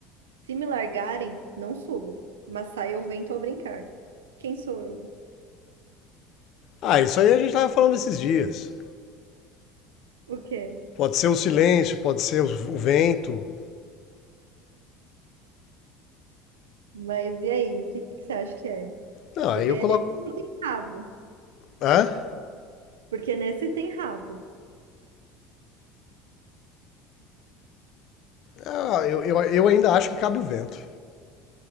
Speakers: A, on the right; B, on the left.
A: Se me largarem, não subo, mas sai ao vento ao brincar. Quem sou eu?
B: Ah, isso aí a gente tava falando esses dias.
A: O quê?
B: Pode ser o silêncio, pode ser o o vento.
A: Mas e aí, o que que você acha que é?
B: Não, aí
A: Porque
B: eu coloco.
A: nesse não tem rabo.
B: Hã?
A: Porque nesse tem rabo.
B: Ah, eu, eu, eu ainda acho que cabe o vento.